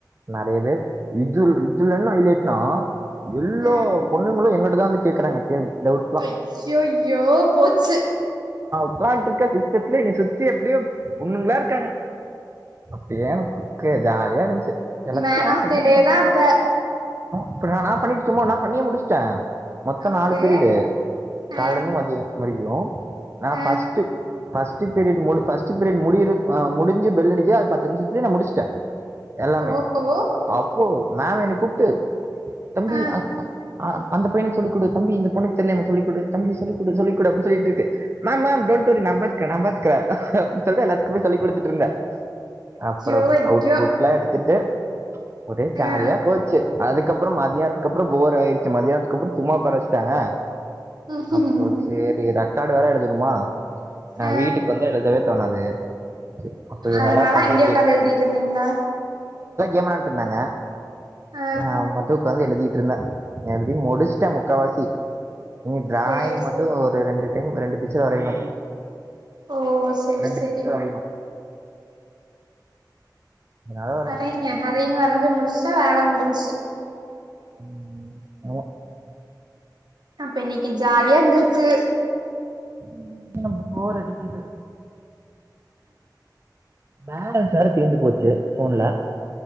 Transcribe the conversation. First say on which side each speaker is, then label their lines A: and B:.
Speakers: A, on the right (about 35°); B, on the right (about 70°).
A: நெறைய பேர் இது இதுல என்ன ஹைலைட்நா எல்லா
B: ஆ
A: பொண்ணுங்களும் எங்க இதான் கேட்கறாங்க கேள்வி டவுட்லாம்
B: அய்யயோ போச்சு
A: உக்கான்ட்டு இருக்க சிஸ்டத்துல என்ன சுத்தி அப்படியோ பொண்ணுங்களா இருக்காங்க அப்படியே எனக்கு ஜாலியா இருந்துச்சு எனக்கும்
B: மேன் ஆஃப்
A: இதுதான்
B: தி டே தான் அப்ப
A: இப்ப நான் நான் பண்ணிட்டுக் நான் பண்ணியே முடிச்சிட்டேன் மொத்தம்
B: ஓகே
A: நாலு பீரியடு காலைல
B: ஆ
A: இருந்து மதியம் அரியும் நான்
B: ஆ
A: first first first period first period முடி முடிஞ்சு பெல் அடிக்கது பத்து நிமிஷத்திலே முடிச்சிட்டேன் எல்லாமே
B: ஓஹோ
A: அப்போ மேம் எனக்கு கூப்டு தம்பிஅந்
B: ஆ
A: அந் அந்த பையனுக்கு சொல்லிக்கொடு தம்பி இந்த பொண்ணு தெரியலையாமே சொல்லிக்கொடு தம்பி சொல்லிக்கொடு சொல்லிக் சொல்லிட்டுருக்கு மேம் மேம் நாம்பாத்துக்குறேன் நாம்பாத்துக்குறேன் அப்டின்னு சொல்லிட்டு எல்லாத்துக்கு சொல்லிக் கொடுத்துட்டுருந்தேன் அப்புறம்
B: ஐயோ ஐயோ
A: அவுட்புட்டலாம் எடுத்துட்டு ஒரே ஜாலியா
B: ஆ
A: போச்சு அதுக்கப்புறம் ம மத்தியானத்துக்கு அப்புறம் போர் ஆயிடுச்சு மத்தியியானத்துக்கு அப்புறம் சும்மா உட்கார வச்சிட்டாங்க
B: ம்
A: அப்போ செரிங்க காடு வேற எழுதணுமா ஆஹ்
B: ஆ
A: வீட்டுக்கு வந்து எழுதவே தோணாது சரி, அப்போ இவங்க
B: அதனால
A: எல்லாருக்கும் வந்து
B: அங்கேயே உட்காந்து எழுதிட்டு இருந்தீங்களா
A: ஏமா இருந்தாங்க
B: ஆ
A: நான் மதுக்கு வந்து எழுதி என்ன எழுதி முடிச்சிட்டேன் முக்கா வாசி இனி டிராயிங்
B: சேரி
A: மட்டும்
B: சேரி
A: ஒரு ரெண்டு <unintelligible> ரெண்டு பிச்சர் வரையணு
B: ஓ சேரி
A: ரெண்டு
B: சேரி
A: பிச்சர் வரையணு அதனால வரையணு
B: வரைங்க அதையும் வரைஞ்சு முடிச்சுட்டா வேலை முடிஞ்ச்சு
A: உம் அவமா
B: அப்ப இன்னைக்கு ஜாலியா இருந்தருக்கு
A: உ போ போர் அடிக்குது பேலன்ஸ் வேற தீந்து போச்சு ஃபோன்ல